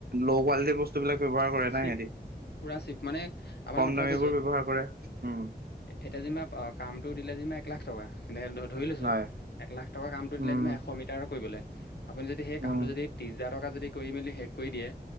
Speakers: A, on the right; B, on the left.
A: ল' কোৱালিটিৰ বস্তু বস্তুবিলাক ব্যৱহাৰ কৰে না
B: চিপ
A: সিহতি
B: পুৰা চিপ মানে আপোনাক
A: কম
B: কথা এটা
A: দামী
B: কৈছো
A: বোৰ ব্যৱহাৰ কৰে উম।
B: এতিয়া যেনিবা কামটো দিলে যেনিবা এক লাখ টকা এনে ধৰি লৈছো
A: হয়
B: এক লাখ টকা কামটো
A: উম
B: দিলে যেনিবা এশ মিটাৰৰ কৰিবলে আপুনি যদি সেই
A: উম
B: কামটো যদি ত্ৰিছ হাজাৰ টকাত যদি কৰি মেলি শেষ কৰি দিয়ে